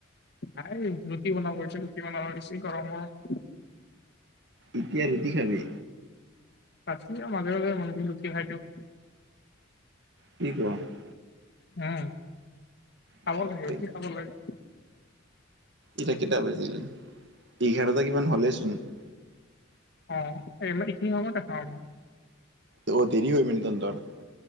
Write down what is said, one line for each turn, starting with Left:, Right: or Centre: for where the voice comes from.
Left: নাই ৰুটি বনাব লৈছে ৰুটি বনাব লৈছে গৰম গৰম
Right: এতিয়া ৰুটি খাবি
Left: ৰাতি আৰু মাজে-মাজে <unintelligible> লুচি খাই দিওঁ।
Right: কি কোৱা? <inaudible>
Left: উম! খাব
Right: বাপৰে
Left: লাগে, ৰুটি
Right: বাপ।
Left: খাব লাগে। <unintelligible>
Right: এতিয়া কেইটা বাজিল? এঘাৰটা কিমান হ'লেই চোন। <unintelligible>
Left: অঁ ইমান এইখিনি সময়তে খাওঁ। <unintelligible>
Right: <unintelligible> অ দেৰি হয় মানে তহঁতৰ?